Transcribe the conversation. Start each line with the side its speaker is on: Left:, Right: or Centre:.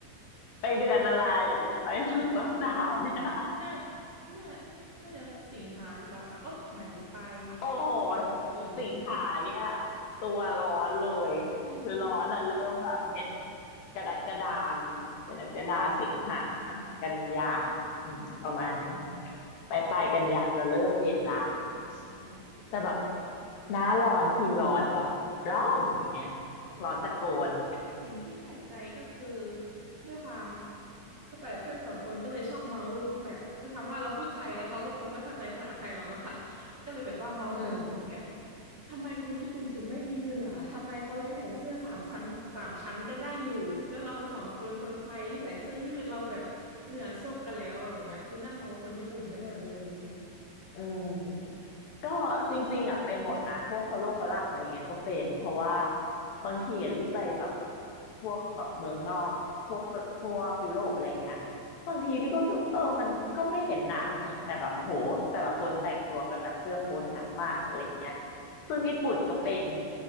Left: ไปเดือนอะไรไปถึงต้นหนาวเนี่ย
Right: น่าน่าน่าจะสิงหาหรือเปล่าคะโอ้ย หมายถึงไป
Left: โอ้โห
Right: ฝนก็ฝน
Left: สิงหาเนี่ยตัวร้อนเลย
Right: ใช่คือ
Left: คือร้อนอ่ะเริ่มแบบเนี่ยกรกฎากรกฎาสิงหา กันยาอืมประมาณนี้ไปลายๆกันยาจะเริ่มเย็นละอะไรอย่างเงี้ย
Right: ร้องค่ะ
Left: แต่แบบหน้าร้อนคือร้อนแบบร้อนอย่างเงี้ย
Right: ใช่
Left: ร้อนตะโกน
Right: มีสิ่งที่แปลกใจก็คือ ด้วยความคือไปกับเพื่อนสองคนก็เลยชอบเมาส์แบบด้วยความว่าเราพูดไทยแล้วเขาก็คงไม่เข้าใจภาษาไทยเราเนาะค่ะก็เลยแบบว่าเมาส์คนญี่ปุ่นแบบ
Left: อืม
Right: ทำไมคนญี่ปุ่นถึงไม่มีเหงื่อทำไมเขายังใส่เสื้อสามชั้นสามชั้นกันได้อยู่ แล้วเราสองคนคนไทยที่ใส่เสื้อยืดเราแบบเหงื่อโซกกันแล้วอะแบบเนี้ยคือนั่งเมาส์คนญี่ปุ่นกันอยู่
Left: อืมอืม ก็จริงๆอ่ะเป็นหมดนะพวกฝรั่งฝรั่งอะไรเงี้ยก็เป็นเพราะว่าบางทีอะรีบไปแบบพวกแบบเมืองนอกพวกพวกยุโรปอะไรเงี้ยบางทีรีก็รู้สึกว่าเออมันก็ไม่เห็นหนาวนี่แต่แบบโอ้โหแต่ละคนแต่งตัวกันแบบเสื้อโค้ทหนามากอะไรเงี้ยซึ่งญี่ปุ่นก็เป็น